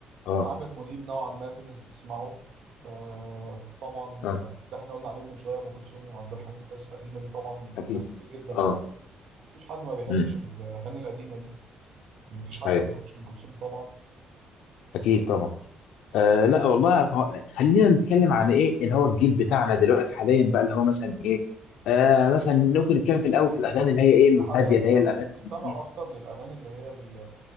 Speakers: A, on the left (about 90°); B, on the right (about 60°).
A: اه
B: عامر منيب نوعا ما في ناس بتسمعه آه طبعا اللي
A: اه
B: احنا قلنا عليهم من شويه ام كلثوم وعبد الحليم الناس القديمه دي طبعا
A: اكيد
B: ناس كتير جدا بتسمع
A: اه
B: مفيش حد ما بيحبش
A: امم
B: الاغاني القديمه دي مفيش حد
A: ايوه
B: ما بيحبش ام كلثوم طبعا
A: اكيد طبعا آه لا والله هو خلينا نتكلم عن ايه اللي هو الجيل بتاعنا دلوقتي حاليا بقى اللي هو مثلا ايه آه مثلا ممكن نتكلم في الاول في الاغاني اللي هي ايه
B: جيل
A: الهاديه
B: حاليا
A: اللي هي
B: بقى
A: الاغاني
B: مستمع
A: اللي فيها
B: اكتر للاغاني اللي هي ال-